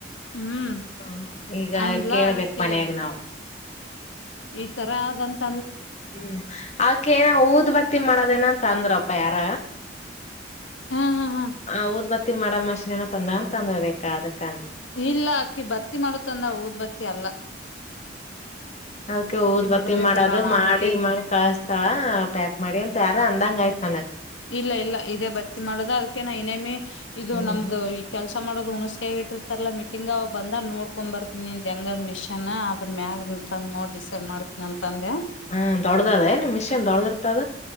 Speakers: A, on the left; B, on the left.
A: ಹ್ಮ್
B: ಹ ಈಗ
A: ಅಂದ್ಲ
B: ಕೇಳ್ಬೇಕ್
A: ಅದಕ್ಕೆ
B: ಮನ್ಯಾಗ ನಾವು
A: ಈ ತರ ಆದಂತ್
B: ಹ್ಮ್ ಆಕೇ ಊದ್ ಬತ್ತಿ ಮಾಡದೇನಂತ ಅಂದ್ರಪ್ಪ ಯಾರ.
A: ಹ್ಮ್ ಹ್ಮ್ ಹ್ಮ್
B: ಹ ಓದ್ ಬತ್ತ ಮಾಡ ಮಷಿನ್ ಏನೋ <unintelligible>
A: ಇಲ್ಲ ಅಕ್ಕಿ ಬತ್ತಿ ಮಾಡತಂದ್ರ ಊದ ಬತ್ತಿ ಅಲ್ಲ.
B: ಅದ್ಕ ಊದ್ ಬತ್ತಿ
A: ಮಾಡೋದೇ
B: ಮಾಡದು
A: ತಂದಾಳ ನಾನು
B: ಮಾಡಿ
A: ಕೇಳ್
B: ಮಾಡಿ ಕಳಸ್ತಾಳ ಪ್ಯಾಕ್ ಮಾಡಿ ಅಂತ ಯಾರ ಅಂದಂಗ ಆಯ್ತ.
A: ಇಲ್ಲ ಇಲ್ಲ ಇದೇ ಬರ್ತಿ ಮಾಡದ ಅದಕ್ಕೆ ನಾ ಇನೇಮಿ ಇದು
B: ಹ್ಮ್
A: ನಮ್ದು ಈ ಕೆಲ್ಸ ಮಾಡೋದು ಹಣಸಕ ಇಟ್ಟಿರ್ತಾರಲ್ಲ ಮೀಟಿಂಗ್ ಬಂದ ನೋಡ್ಕೊಂಡ್ ಬರ್ತೀನಿ ನಿ ಹೆಂಗ್ ಮಿಷನ್ ಅದ್ರ ಮ್ಯಾಗ. ಅಂತ ನೋ ಡಿಸೈಡ್ ಮಾಡ್ತನಿ ಅಂತ ತಂಡೆ <unintelligible>
B: ಹ ದೊಡ್ಡದದ ಏನ್ ಮಿಷನ್ ದೊಡ್ಡದಿರ್ತದ